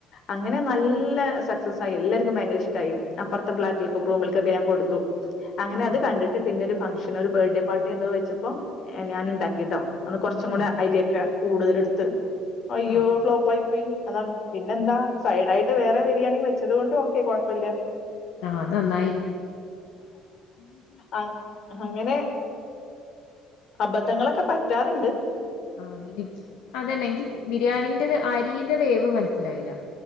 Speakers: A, on the left; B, on the left.
A: അങ്ങനെ നല്ല സക്സസ് ആയി എല്ലാർക്കും ഭയങ്കര ഇഷ്ടായി അപ്പുറത്തെ ഫ്ളാറ്റിൽക്കും റൂമിൽക്കൊക്കെ ഞാൻ കൊടുത്തു അങ്ങനെ
B: ആഹ്
A: അത് കണ്ടിട്ട് പിന്നൊരു ഫംഗ്ഷൻ ഒരു ബർഡേ പാർട്ടി എന്തോ വെച്ചപ്പോ ഞാൻ ഉണ്ടാക്കിട്ടോ അന്ന് കുറച്ചും കൂടെ
B: ആഹ്
A: അരിയൊക്കെ കൂടുതലെടുത്ത് അയ്യോ
B: ആഹ്
A: ഫ്ലോപ്പ് ആയി പോയി അതാണ് പിന്നെന്താ സൈഡ് ആയിട്ട് വേറെ ബിരിയാണി വെച്ചത് കൊണ്ട് ഓ ക്കേ കുഴപ്പില്ല
B: ആഹ് അത് നന്നായി
A: ആഹ് അ അങ്ങനെ അബദ്ധങ്ങളൊക്കെ പറ്റാറ്ണ്ട്
B: ആഹ് എനിക്ക് അതന്നെ എനിക്ക് ബിരിയാണീന്റൊര് അരീന്റെ വേവ് മനസ്സിലായില്ല